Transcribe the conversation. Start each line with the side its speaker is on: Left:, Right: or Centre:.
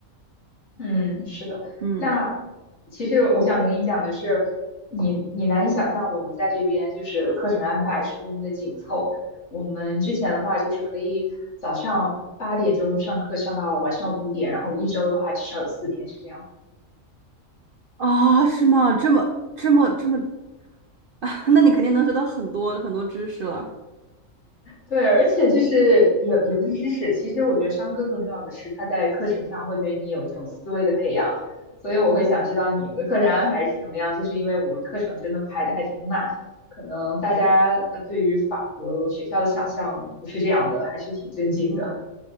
Left: 嗯，是的。
Right: 嗯
Left: 那其实我想跟你讲的是，你你难以想象我们在这边就是课程安排是多么的紧凑。我们之前的话就是可以早上八点钟上课上到晚上五点，然后一周的话至少有四天是这样。
Right: 啊，是吗？这么这么这么，<laughs> 那你肯定能学到很多很多知识了，
Left: 对，而且就是也也不是知识，其实我觉得商科更重要的是他在课程上会对你有一种思维的培养，所以我会想知道你们的课程安排是怎么样，就是因为我们课程真的排的还挺满，可能大家呃对于法国学校的想象不是这样的，还是挺震惊的。
Right: 嗯。